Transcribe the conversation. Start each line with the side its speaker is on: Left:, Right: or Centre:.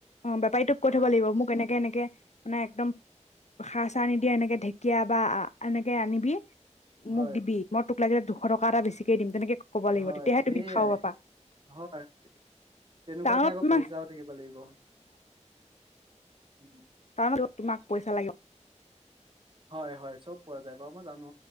Left: অ', বেপাৰীটোক কৈ
Right: হয়
Left: থব লাগিব, মোক এনেকে, এনেকে মানে একদম। সাৰ-চাৰ নিদিয়ে এনেকে ঢেকীয়া বা এনেকে আনিবি
Right: হয়
Left: মোক দিবি মই তোক লাগিলে দুশ টকা এটা বেছিকে দিম তেনেকে ক'ব লাগিব
Right: হয়,
Left: তেতিয়াহে
Right: সেইয়াই
Left: তুমি খাব পাবা
Right: হয়, তেনেকুৱাকে
Left: টাউনত
Right: আকৌ
Left: তোমাক
Right: পইচাও থাকিব লাগিব। উম,
Left: তাৰ মাজত তোমাক পইচা লাগিব।
Right: হয়, হয়, চব পোৱা যায়, বাৰু মই জানো।